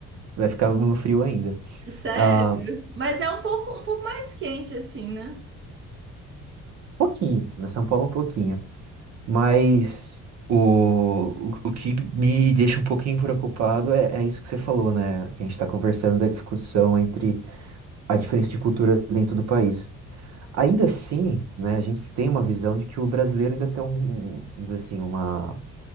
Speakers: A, on the right; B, on the right.
A: vai ficar no frio ainda.
B: Sério?
A: Ah,
B: Mas é um pouco, um pouco mais quente, assim, né?
A: pouquinho, na São Paulo é um pouquinho. Mas o, o, o que me deixa um pouquinho preocupado é, é isso que você falou, né? Que a gente está conversando da discussão entre a diferença de cultura dentro do país. Ainda assim, né, a gente tem uma visão de que o brasileiro ainda tem um, vamos dizer assim, uma